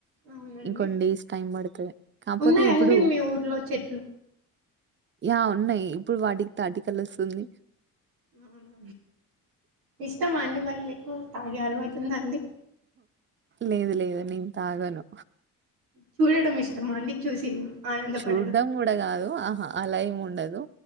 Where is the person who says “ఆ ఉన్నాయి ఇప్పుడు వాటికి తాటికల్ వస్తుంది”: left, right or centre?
Right